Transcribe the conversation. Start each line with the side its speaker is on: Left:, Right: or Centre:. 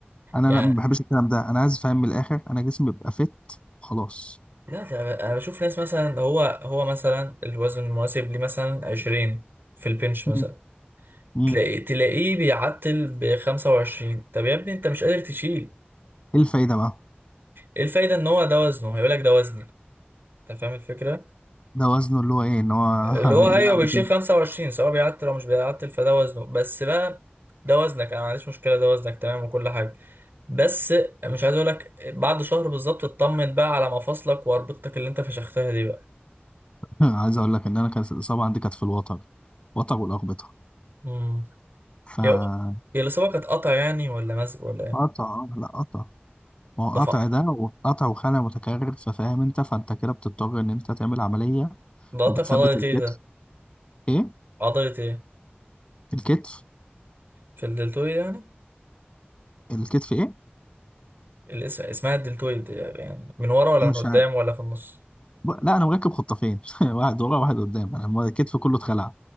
Left: انا
Right: يعني.
Left: لا ما بحبش الكلام ده انا عايز فاهم من الاخر انا جسمي بيبقى فت وخلاص
Right: لا ده انا بشوف ناس مثلا هو هو مثلا الوزن المناسب ليه مثلا 20 في البنش
Left: مم.
Right: مثلا
Left: مم.
Right: تلاقي تلاقيه بيعتل ب 25 طب يا ابني انت مش قادر تشيل
Left: ايه الفايده بقى
Right: ايه الفايدة ان هو ده وزنه هيقول لك ده وزني انت فاهم الفكرة
Left: ده وزنه اللي هو ايه ان هو
Right: اللي
Left: <laughs>
Right: هو
Left: يلعب
Right: ايوه بيشيل
Left: بكام
Right: 25 سواء بيعتل او مش بيعتل فده وزنه بس بقى ده وزنك انا ما عنديش مشكلة ده وزنك تمام وكل حاجة بس مش عايز اقول لك بعد شهر بالظبط اطمن بقى على مفاصلك واربطتك اللي انت فشختها دي
Left: <laughs> عايز اقول لك ان انا كانت الاصابه عندي كانت في الوتر وتر والاقبطه
Right: بقى
Left: فقطع
Right: هي هي الإصابة كانت قطع يعني ولا مزق ولا إيه؟
Left: آه، لا قطع ما هو قطع
Right: ده ف-
Left: ده وقطع وخلع متكرر ففاهم انت فانت كده بتضطر ان انت تعمل عمليه
Right: ده قطع
Left: وبتثبت
Right: في عضلة
Left: الكتف
Right: إيه ده؟
Left: ايه
Right: عضلة إيه؟
Left: الكتف
Right: في الدلتويد يعني؟
Left: الكتف ايه
Right: الاسم اسمها الدلتويد يعني من ورا ولا
Left: مش
Right: من قدام
Left: عارف
Right: ولا في النص؟
Left: ب- لا انا مركب خطافين <laughs> واحد ورا واحد قدام انا مو- الكتف كله اتخلع